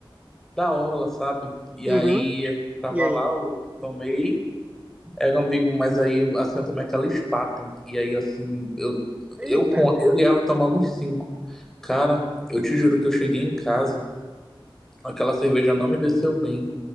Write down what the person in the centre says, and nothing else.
da orla, sabe? E
aí eu tava
lá, eu tomei, era um amigo, mas aí assim eu tomei aquela Spaten. E aí assim, eu,
eu com eu e ela tomamos cinco. Cara, eu te juro que eu cheguei em casa, aquela cerveja não me desceu bem.